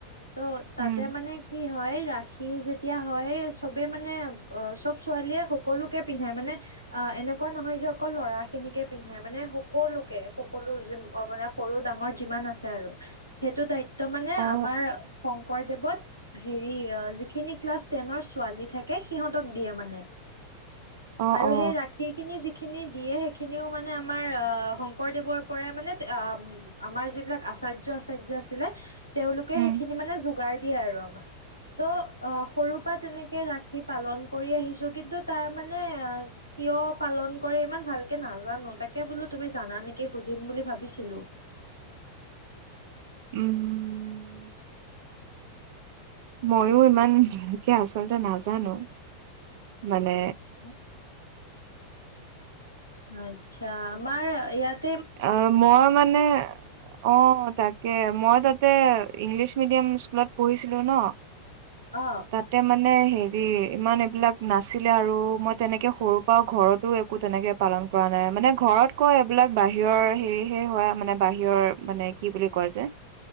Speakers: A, on the right; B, on the right.
A: ত' তাতে
B: উম
A: মানে কি হয় ৰাখি যেতিয়া, হয়। চবে মানে অ চব ছোৱালীয়ে সকলোকে পিন্ধাই, মানে অ এনেকুৱা নহয় যে, অকল ল'ৰা খিনিকে পিন্ধে, মানে সকলোকে সকলো মানে সৰু ডাঙৰ যিমান আছে আৰু সেইটো দায়িত্ব - মানে
B: অ
A: আমাৰ - শংকদেৱত হেৰি যিখিনি ক্লাছ টেনৰ ছোৱালী থাকে, সিহঁতক দিয়ে মানে।
B: অ
A: আৰু
B: অ
A: সেই ৰাশি খিনি যি, খিনি দিয়ে, সেইখিনিও মানে আমাৰ আহ শংকৰদেৱৰ পৰাই মানে, আমাৰ যিবিলাক আচাৰ্য আচাৰ্য আছিলে, তেওঁলোকে
B: উম
A: সেইখিনি মানে, গ দিয়ে আৰু আমাক। ত' অ সৰুৰ পৰা তেনেকে ৰাশি, পালন কৰি আহিছো কিন্তু তাৰ মানে কিয় পালন। ইমান ভালকে নাজানো তাকে বোলো তুমি জানা নেকি সুধিম বুলি ভাবিছিলো।
B: উম উম উম। ময়ও ইমান, ভালকে আচলতে নাজানো মানে।
A: উম। আচ্ছা আমাৰ ইয়াত।
B: অ মই মানে, অ তাকে মই তাত। ইংলিছ মিডিয়াম স্কুলত পঢ়িছিলো ন।
A: অ
B: তাতে মানে হেৰি। ইমান এইবিলাক নাছিলে আৰু মই তেনেকে সৰুৰ পৰাও ঘৰতো একো তেনেকে পালন কৰা নাই মানে ঘৰত কয় এইবিলাক বাহিৰৰ হেৰিহে হয় মানে বাহিৰৰ মানে কি বুলি কয় যে।